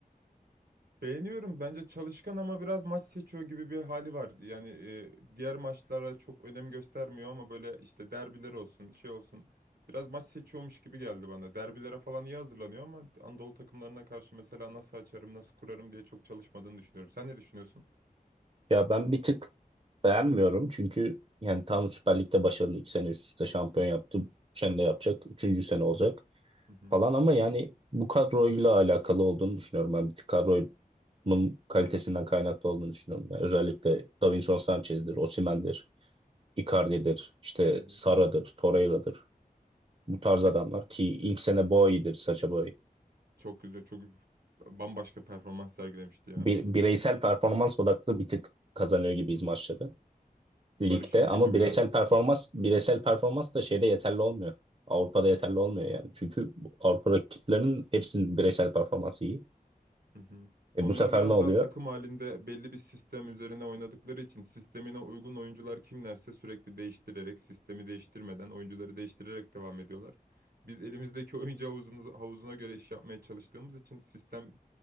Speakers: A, on the right; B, on the right.
A: beğeniyorum. Bence çalışkan ama biraz maç seçiyor gibi bir hali var. Yani e, diğer maçlara çok önem göstermiyor ama böyle işte derbiler olsun, şey olsun. Biraz maç seçiyormuş gibi geldi bana. Derbilere falan iyi hazırlanıyor ama Anadolu takımlarına karşı mesela nasıl açarım, nasıl kurarım diye çok çalışmadığını düşünüyorum. Sen ne düşünüyorsun?
B: Ya ben bir tık beğenmiyorum çünkü yani tam Süper Lig'de başarılı iki sene üst üste şampiyon yaptı. Bu sene de yapacak. Üçüncü sene olacak
A: Hı hı.
B: falan ama yani bu kadroyla alakalı olduğunu düşünüyorum. Ben bir tık kadronun kalitesinden kaynaklı olduğunu düşünüyorum. Yani özellikle Davinson Sanchez'dir, Osimhen'dir, Icardi'dir, işte
A: Hı hı.
B: Sara'dır, Torreira'dır. Bu tarz
A: Ve
B: adamlar ki ilk sene Boey'dir, Sacha Boey.
A: çok güzel, çok bambaşka performans sergilemişti ya.
B: Bir, bireysel performans odaklı bir tık kazanıyor gibiyiz
A: Hı hı.
B: maçları. ligde
A: Barış'ın gücü
B: ama
A: biraz
B: bireysel performans bireysel performans da şeyde yeterli olmuyor. Avrupa'da yeterli olmuyor yani. Çünkü Avrupa rakiplerinin hepsinin bireysel performansı iyi.
A: Hı hı. Onlar
B: E bu sefer
A: biraz
B: ne oluyor?
A: daha takım halinde belli bir sistem üzerine oynadıkları için sistemine uygun oyuncular kimlerse sürekli değiştirerek, sistemi değiştirmeden, oyuncuları değiştirerek devam ediyorlar. Biz elimizdeki oyuncu havuzunu- havuzuna göre iş yapmaya çalıştığımız için sistem